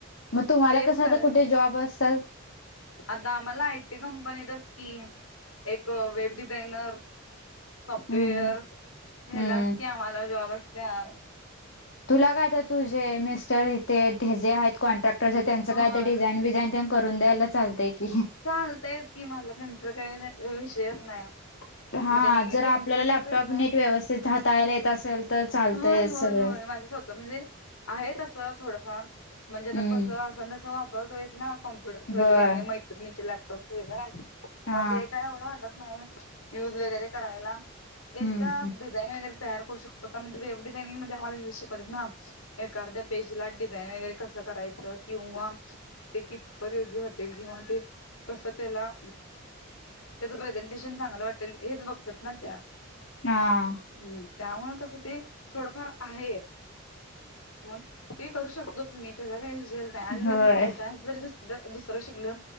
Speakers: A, on the left; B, on the left.
A: मग तुम्हाला
B: तेच
A: कसं
B: करायला
A: आता, कुठे जॉब असतात?
B: आता आम्हाला आयटी कंपनीतच की. एक वेब डिझायनर सॉफ्टवेअर,
A: हम्म
B: ह्येलाच
A: हम्म
B: की आम्हाला जॉब असत्यात.
A: तुला काय आता तुझे मिस्टर इथे हे जे आहेत कॉन्ट्रॅक्टरचे आहेत, त्यांचं
B: होय
A: काय तर डिझाईन विझाईन तेन करून द्यायला चालतय की.
B: चालतंयच कि, मला त्यांचा काही विषयच नाही.
A: हा,
B: मग त्यांनी
A: जर
B: त्यांच
A: आपल्याला
B: त्यांनीच
A: लॅपटॉप
B: करणार
A: नीट, व्यवस्थित हाताळायला येत असेल तर चालतंयच
B: होय होय
A: सगळं.
B: होय माझं स्वतः म्हणजे आहे तसं थोडंफार म्हणजे आता
A: हम्म
B: कसं, असं अन तसं वा परत होयच ना कम्प्युटर्स वगैरे
A: होय
B: मी मैत्रीणींचे लॅपटॉप्स वगैरे आणते,
A: हा
B: मग ते काय एवढं वाट तर का नाही, युज वगैरे करायला
A: हम्म
B: येतात,
A: हम्म
B: दि डिझाइन वगैरे तयार करू शकतो का म्हणजे वेब डिझाइनींग मध्ये आम्हाला युज शिकवतेत ना एक अर्द्या पेजला डिझाईन वगैरे कसं करायचं किंवा ते कितपत योग्य वाटेल किंवा ते कसं त्याला, त्याचं प्रेझेंटेशन चांगलं वाटेल हेच बघतात ना त्या.
A: हा.
B: हम्म, त्यामुळं कसं ते थोडंफार आहे. मग ते करू शकतोच मी, त्याचा काही विषयच नाही. आणि जरी
A: होय
B: बाय चान्स जरी जर दुसरं शिकलं